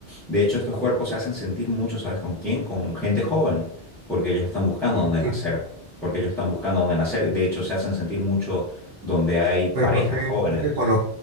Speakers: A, in the centre; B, on the right.
A: de hecho, estos cuerpos se hacen sentir mucho, ¿sabes con quién? Con gente joven, porque ellos están buscando
B: Sí.
A: dónde nacer, porque ellos están buscando dónde nacer. De hecho, se hacen sentir mucho donde hay parejas
B: Pero ¿por qué?
A: jóvenes.
B: ¿Por qué con los,